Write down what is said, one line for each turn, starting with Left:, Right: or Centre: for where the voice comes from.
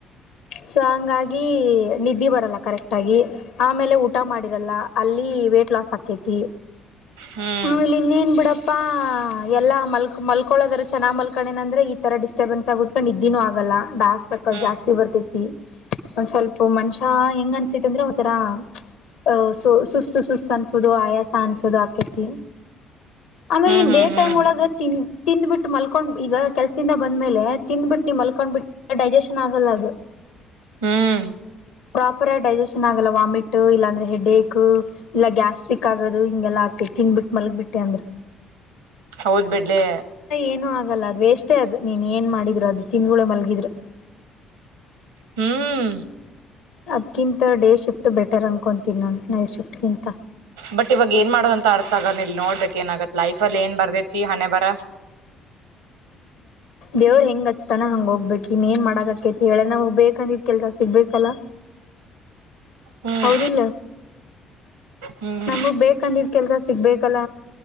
Left: ಸೊ ಹಂಗಾಗಿ ನಿದ್ದೆ ಬರಲ್ಲ ಕರೆಕ್ಟ್ ಆಗಿ ಆಮೇಲೆ ಊಟ ಮಾಡಿರಲ್ಲ ಅಲ್ಲಿ ವೇಟ್ ಲಾಸ್ ಆಕೈತಿ.
Right: ಹ್ಮ್
Left: ಹ್ಮ ಹುಲಿ ನಿನ್ ಬಿಡಪ್ ಪಾ ಎಲ್ಲಾ ಮಾಲ್ಕ್ ಮಾಲ್ಕ್ ಯಾವಾಗ್ ಆದ್ರೂ ಚನಾಗ್ ಮಲ್ಕೊಂಡಿನಿ ಅಂದ್ರೆ ಇತರ ಡಿಸ್ಟ್ರೆಬಂನ್ಸ್ ನಿದ್ದಿನೂ ಆಗ್ ಆಗಲ್ಲ ಡಾರ್ಕ್ ಸರ್ಕಲ್
Right: ಹ್ಮ್
Left: ಜಾಸ್ತಿ ಬರ್ತತಿ ಒನ್ ಸೋಪ್ ಮನುಷ್ಯ ಹೆಂಗ್ ಅನ್ಸತತಿ ಅಂದ್ರೆ ಒಂತರ ಹ ಸುಸ್ತು ಸುಸ್ತು ಅನ್ಸೋದು ಆಯಾಸ ಅನ್ಸೋದು ಆಕೇತಿ. ಆಮೇಲೆ
Right: ಹ್ಮ್
Left: ನಿನ್
Right: ಹ್ಮ್
Left: ಡೇ
Right: ಹ್ಮ್
Left: ಟೈಮ್ ಒಳಗತ್ತೀನ್ ಮಲ್ಕೊಂಡ್ ಈಗ ಕೆಲ್ಸಿಂದ ಬಂದ್ಮೇಲೆ ತಿಂದ್ಬಿಟ್ಟು ನೀ ಮಲ್ಕೊಂಡ್ ಬಿಟ್ ಡೈಜೆಷನ್ ಆಗಲ್ಲ ಅದು
Right: ಹ್ಮ್
Left: ಪ್ರಾಪರ್ ಡೈಜೆಷನ್ ಆಗಲ್ಲ ವಾಮಿಟ್ ಇಲ್ಲಾ ಅಂದ್ರೆ ಹೆಡ್ಏಕ್ ಇಲ್ಲ ಗ್ಯಾಸ್ಟ್ರಿಕ್ ಆಗೋದು ಹಿಂಗೆಲ್ಲ ಹಾಕತಿ ತಿಂದಬಿಟ್ ಮಲ್ಗಬಿಟ್ಟೆ ಅಂದ್ರ
Right: ಹೌದ್ ಬಿಡ್ಲೆ.
Left: ಏನು ಆಗಲ್ಲ ಅದ್ ವೇಷ್ಟೇ ಅದು ನೀನ್ ಏನ್ ಮಾಡಿದ್ರು ಅದು ತಿಂದ್ಗುಲೆ ಮಲಗಿದ್ರೆ.
Right: ಹ್ಮ್
Left: ಅದ್ಕಿಂತ ಡೇ ಶಿಫ್ಟ್ ಬೆಟರ್ ಅನ್ಕೊತೀನಿ ನಾನು ನೈಟ್ ಶಿಫ್ಟ್ಗಿಂತ.
Right: ಬಟ್ ಇವಾಗ ಏನ್ ಮಾಡೋದಂತ ಅರ್ಥ ಆಗದ ಇಲ್ ನೋಡ್ಬೇಕಕ್ ಏನ್ ಆಗತ್ ಲೈಫ್ ಅಲ್ಲಿ ಏನ್ ಬರ್ದೇತಿ ಹಣೆ ಬರ
Left: ದೇವ್ರ ಹೆಂಗ್ ಹಚ್ತಾನ ಹಂಗ್ ಹೋಗ್ಬೇಕು ಇನ್ನ ಏನ್ ಮಾಡಕಕೇತಿ ಹೇಳ ನಾವ ಬೇಕಂತಿದ್ ಕೆಲ್ಸ ಸಿಗ್ಬೇಕಲ್ಲ.
Right: ಹ್ಮ್
Left: ಹೌದಿಲ್ಲ
Right: ಹ್ಮ್
Left: ನಮ್ಮುಗ್ ಬೇಕಂದಿದ್ ಕೆಲ್ಸ ಸಿಗ್ಬೇಕ್ ಕಲ.